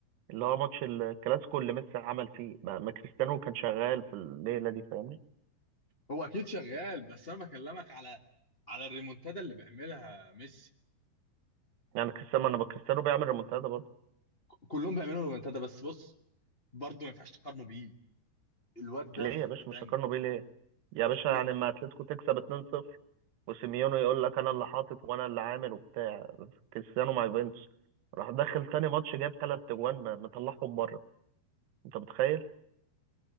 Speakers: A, on the right; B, on the left.
A: اللي هو ماتش الكلاسيكو اللي ميسي عمل فيه ما, ما كريستيانو كان شغال في الليله دي فاهمني
B: هو اكيد شغال بس انا بكلمك على على الريمونتادا اللي بيعملها ميسي
A: يعني كريستيانو ما انا كريستيانو بيعمل ريمونتادا برضه
B: كلهم بيعملوا رومنتادا بس بص برضه ما ينفعش تقارنه بيه الواد ده
A: ليه
B: في حتة
A: يا باشا
B: تاني
A: مش هقارنه بيه ليه يا باشا يعني
B: لا
A: اما اتلتيكو تكسب 2-0 وسيميونو يقول لك انا اللي حاطط وانا اللي عامل وبتاع كريستيانو مع يوفنتوس راح دخل تاني ماتش جاب ثلاث اجوان ما- مطلعهم بره انت متخيل